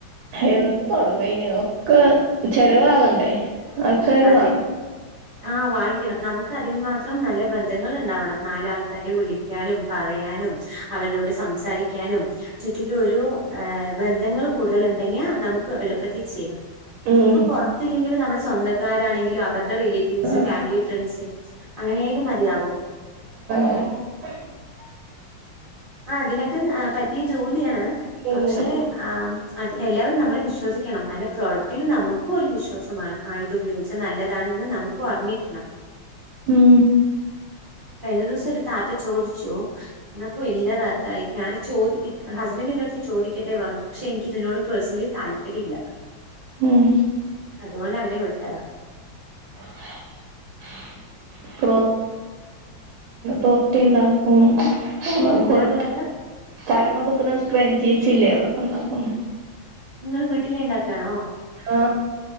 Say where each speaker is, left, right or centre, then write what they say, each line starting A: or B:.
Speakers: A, on the right; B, on the right.
A: എന്താ തോടങ്ങ്‌ അയിന് ഒക്കെ ചെലവാവണ്ടേ ആൾക്കാര്
B: അതെ
A: വാങ്ങും
B: ആ വാങ്ങിക്കണം നമുക്ക് തിന് മാത്രം നല്ല ബന്ധങ്ങൾ ഉണ്ടാവണം നാലാൾക്കാരെ വിളിക്കാനും പറയാനും അവരോട് സംസാരിക്കാനും ചുറ്റില ഒരു ബന്ധങ്ങൾ കൂടുതൽ ഉണ്ടെങ്കിയാ നമുക്ക് എളുപ്പത്തി ചെയ്യാം
A: ഉം
B: ഇതിപ്പോ പുറത്തില്ലെങ്കിലും നമ്മുടെ സ്വന്തക്കാരാണെങ്കിലും അവരുടെ റിലേറ്റീവ്സ്
A: ഉം
B: ഫാമിലി ഫ്രണ്ട്സ് അങ്ങനെയായാലും മതിയാവും
A: <inaudible>
B: ആ അതിനൊക്കെ പറ്റിയ ജോലിയാണ്
A: ഉം
B: പക്ഷെ ആ എല്ലാവരും നമ്മളെ വിശ്വ വിശ്വസിക്കണം നല്ല പ്രോഡക്റ്റും നമുക്കും ഒരു വിശ്വാസമാണ് ആ ഇത് ഉപയോഗിച്ച നല്ലതാണ് ന്ന് നമുക്കും അറിഞ്ഞിരിക്കണം
A: ഉം
B: കഴിഞ്ഞ ദിവസം ഒരു താത്ത ചോദിച്ചു അപ്പൊ ഇല്ലാ താത്ത ഞാന് ചോദി ക്ക് ഹസ്ബൻഡ്ന്റെ അടുത്ത് ചോദിക്കട്ടെ പറഞ്ഞു പക്ഷെ എനി ഇതിനോട് പേർസണലി താൽ പരില്ല
A: ഉം
B: അതുകൊണ്ട് അങ്ങനെ വിട്ടതാ
A: <unintelligible> തോപ്പി ഉണ്ടാക്കും
B: എന്താണ്
A: കൊടുപ്പ്
B: താത്ത
A: തലമ കുത്തുണ്ണാ സ് ജീസ് ഇല്ലേ അതൊക്കെണ്ടാക്കും
B: നിങ്ങള് വീട്ടിലെ ഉണ്ടാക്കാണോ
A: ആ